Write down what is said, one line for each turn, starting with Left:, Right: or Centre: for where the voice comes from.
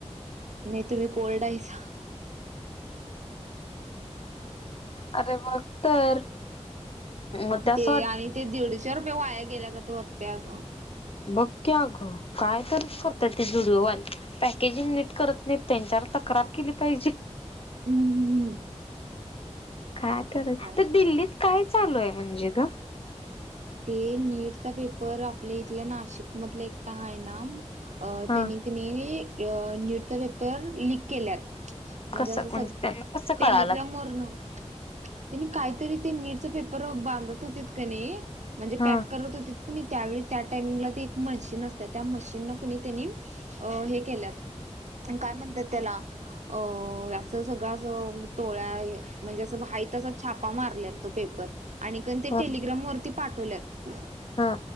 Right: नाही तुम्ही कोल्ड आहयसा.
Left: अरे बघ तर मग त्या असं
Right: ते
Left: वाट
Right: आणि ते दीडशे रुपये वाया गेल्या का त होत्त्या असं.
Left: बघ की अगं काय तरच करतते जुडिओवाली. पॅकेजिंग नीट करत नाहीत त्यांच्यावर तक्रार केली पाहिजे.
Right: हम्म म
Left: काय कराव
Right: हाय.
Left: ते दिल्लीत काय चालू आहे म्हणजे ग?
Right: ते नीटचा पेपर आपल्या इथल्या नाशिक मधला एकटा आहे ना
Left: हा
Right: त्यांनी त्यानी नीट चा पेपर लिक केल्यात. म्हणजे
Left: कसं
Right: असं सगळ
Left: त्यांना कसं
Right: टेलिग्राम
Left: कळालं
Right: वरन त्यानी काहीतरी ते नीटच पेपर बांधत होती का नाही म्हणजे
Left: हा
Right: पॅक करत होती त्यावेळी त्या टाइमिंगला एक मशीन असत त्या मशीन कणी त्यांनी अ हे केल्यात काय म्हणतात त्याला अ असं सगळं अस टोळ्या म्हणजे असं हायी तस छापा मारल्यात तो पेपर. आणि पण ते
Left: हा
Right: टेलिग्राम वरती पाठवल्यात.
Left: हा.